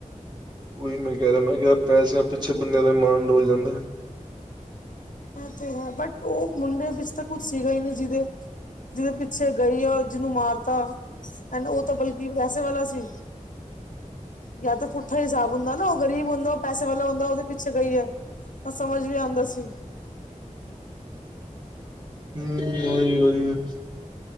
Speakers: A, on the right (about 30°); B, on the left (about 70°).
A: ਉਹੀ ਮੈਂ ਕਹਿ ਰਿਹਾ ਮੈਂ ਕਿਹਾ ਪੈਸਿਆਂ ਪਿੱਛੇ ਬੰਦਿਆਂ ਦਾ ਮਾਣ ਡੋਲ ਜਾਂਦਾ।
B: ਇਹ ਤੇ ਹੈ ਬਟ ਉਹ ਮੁੰਡੇ ਵਿੱਚ ਤਾਂ ਕੁੱਛ ਸੀਗਾ ਹੀ ਨਹੀਂ ਜਿਹਦੇ ਜਿਹਦੇ ਪਿੱਛੇ ਗਈ ਔਰ ਜਿਹਨੂੰ ਮਾਰਤਾ। ਐਂਡ ਉਹ ਤਾਂ ਬਲਕਿ ਪੈਸੇ ਵਾਲਾ ਸੀ। ਜਾਂ ਤਾਂ ਪੁੱਠਾ ਹਿਸਾਬ ਹੁੰਦਾ ਨਾ ਉਹ ਗਰੀਬ ਹੁੰਦਾ ਉਹ ਪੈਸੇ ਵਾਲਾ ਹੁੰਦਾ ਉਹਦੇ ਪਿੱਛੇ ਗਈ ਹੈ। ਤਾਂ ਸਮਝ ਵੀ ਆਉਂਦਾ ਸੀ।
A: ਹਮ